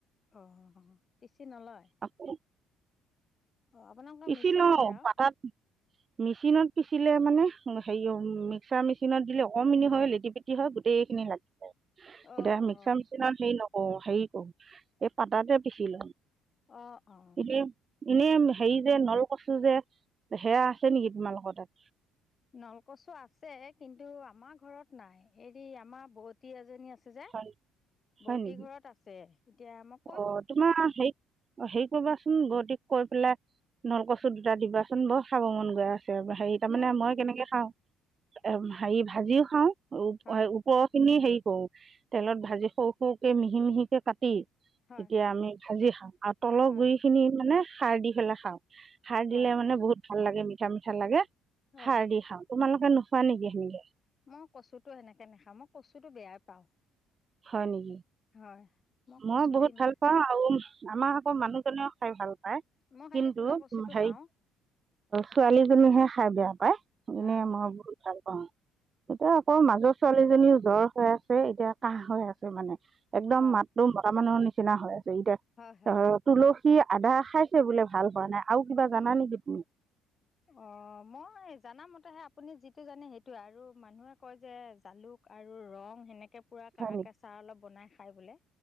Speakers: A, on the left; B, on the right.
A: অ', পিচি নলয়?
B: আকৌ
A: অ' আপোনালোকৰ
B: পিচি
A: মেচিন
B: লওঁ
A: আছে আৰু।
B: পাতাত মেচিনত পিচিলে মানে হেৰি অ' মিক্সাৰ মেচিনত দিলে অকমিনি হৈ লেটি পেটি হয় গোটেইখিনি লাগি যায়।
A: অ
B: এতিয়া মিক্সাৰ
A: অ
B: মেচিন হেৰি নকৰো, হেৰি কৰো এই পাতাতে পিচি লওঁ।
A: অ অ
B: ইনে ইনে হেৰি যে নল কচু যে সেয়া আছে নেকি তোমালোকৰ তাত?
A: নলকচু আছে কিন্তু আমাৰ ঘৰত নাই। হৰি আমাৰ ব'তী এজনী আছে যে
B: হয় হয়
A: ব'তী
B: নেকি
A: ঘৰত আছে। এতিয়া আমাক
B: অ', তোমাৰ হেৰি অ', হেৰি কবাচোন ব'তীক কৈ পেলাই নলকচু দুটা দিবাচোন বৰ খাব মন গৈ আ হেৰি তাৰমানে
A: নল
B: মই কেনেকে খাওঁ, এ হেৰি ভাজিও খাওঁ উ
A: হয়
B: পৰৰ খিনি হেৰি কৰো, তেলত ভাজি সৰু, সৰুকে মিহি, মিহিকে কাটি
A: হয়
B: তেতিয়া আমি ভাজি খাওঁ, আৰু তলৰ
A: হয়
B: গুৰি খিনি মানে সাৰ দি পেলাই খাওঁ সাৰ
A: হয়
B: দিলে মানে বহুত ভাল লাগে মিঠা, মিঠা লাগে,
A: হয়
B: সাৰ দি খাওঁ। তোমালোকে নোখোৱা নেকি সেনেকে?
A: মই কচুটো সেনেকে নাখাওঁ। মই কচু টো বেয়া পাওঁ।
B: হয় নেকি,
A: হয়
B: মই
A: কচুটো
B: বহুত
A: ইমান
B: ভাল পাওঁ আৰু আমাৰ আকৌ মানুহজনেও খাই ভাল পায়,
A: মই খালি
B: কিন্তু
A: ক'লা
B: উ
A: কচুটো
B: হেৰি
A: খাওঁ
B: ছোৱালীজনীহে খাই বেয়া পায়, এনে
A: অ
B: মই বহুত ভাল পাওঁ। এতিয়া আকৌ মাজৰ ছোৱালীজনীও জ্বৰ হৈ আছে, এতিয়া কাহ হৈ আছে মানে। একদম
A: হয়
B: মাতটো মতা মানুহৰ নিচিনা হৈ আছে, ইতিয়া
A: হয় হয়
B: ধৰক তুলসী, আধা খাইছে বোলে ভাল হোৱা নাই আৰু কিবা জানা নেকি তুমি
A: অ', মই জানামতে সেই আপুনি যিটো জানে সেইটো আৰু মানুহে কয় যে জালুক আৰু লং সেনেকে পুৰা কাৰাকে
B: হয় নেকি
A: চাহ অলপ বনাই খাই বোলে।